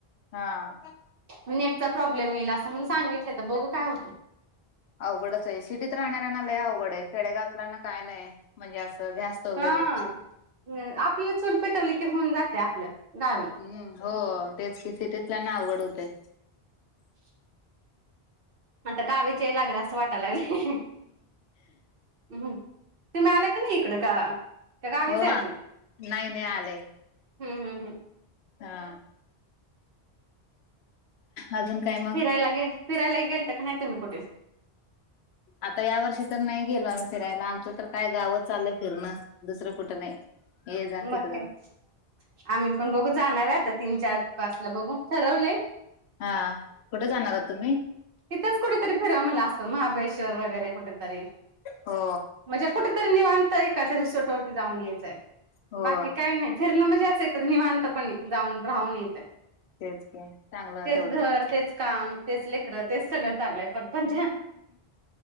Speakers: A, on the left (about 75°); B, on the right (about 60°).
A: हा.
B: नेटचा प्रॉब्लेम येईल. असं म्हणून सांगितलंय आता बघू काय होते.
A: अवघडचे. सिटीत राहणाऱ्यांना लय अवघडे. खेडेगावातल्यांना काय नाय. म्हणजे असं गॅस वगैरे
B: ह, आपल्या चूल पेटवली की होऊन जाते आपलं गावी.
A: हम्म, हो तेच की. सिटीतल्याना अवघड होतय.
B: <inaudible> आता गावीचे यायला लागलं असं वाटायला लागलय. हम, तुम्ही आलं का नाही इकडं का. का गावीच
A: हो
B: आहे अजून
A: नाही नाही आलेय
B: हम्म हम्म हम्म,
A: हा, अजून काय मग
B: फिरायला गेल फिरायला गेलता का नाही तुम्ही कुठे.
A: आता या वर्षी तर नाही गेलो आम्ही फिरायला आमचं तर काय गावच आलोलं फिरणं. दुसरं कुठं नाही ये जा तिकडच.
B: मग काय आम्ही पण बघू जाणार आहे आता तीन चार पाचला बघू ठरवले.
A: हा, कुठे जाणारात तुम्ही.
B: इथंच कुठेतरी फिराव म्हणलं अस महाबळेश्वर वगैरे. कुठंतरी
A: हो
B: म्हणजे कुठतरी निवांत एक‌च रिसॉर्ट. सॉर्ट जाऊन यायचंय
A: हो
B: बाकी काय नाय. फिरणं म्हणजे असं एक निवांतपणे जाऊन राहून यायचं हाय.
A: तेच की चांगलं
B: तेच
A: तेवढंच
B: घर तेच काम तेच लेकरं तेच सगळं चालूय परपंचा.